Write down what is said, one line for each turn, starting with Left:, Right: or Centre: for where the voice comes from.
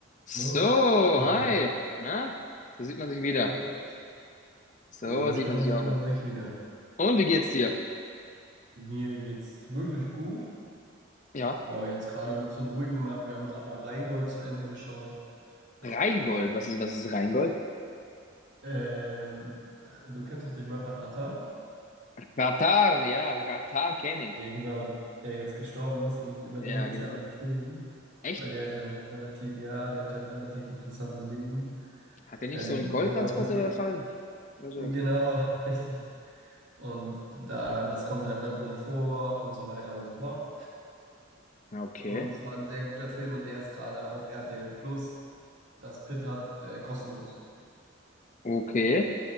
Left: So,
Right: Moin, moin.
Left: hi. Na, so sieht man sich wieder.
Right: freut mich.
Left: So
Right: So
Left: sieht
Right: schnell
Left: man sich
Right: sieht
Left: auch
Right: man
Left: da.
Right: sich wieder.
Left: Und wie geht's dir?
Right: Mir geht's wirklich gut.
Left: Ja,
Right: Oh, jetzt gerade ein bisschen ruhig gemacht. Wir haben gerade noch Rheingold zu Ende geschaut. Ja.
Left: Rheingold. Was ist, was ist Rheingold?
Right: Ähm, du kennst doch den Rapper Xatar?
Left: Ratar, ja, Ratar kenne ich.
Right: Ja, genau, der jetzt gestorben ist und über
Left: Ja,
Right: den gibt
Left: genau.
Right: es ja einen Film,
Left: Echt?
Right: weil der hat ja ein relativ, ja, der hat ja ein relativ interessantes Leben.
Left: Hat er nicht
Right: Ähm,
Left: so einen Goldtransporter
Right: besonders das Leben.
Left: überfallen?
Right: Genau,
Left: Oder sowas?
Right: <laughs> richtig. Und da, das kommt halt da drin vor und so weiter und so fort.
Left: Ja, Okay,
Right: Und es war ein sehr guter Film und der ist gerade auf RTL Plus, das Pit hat, äh, kostenlos.
Left: okay.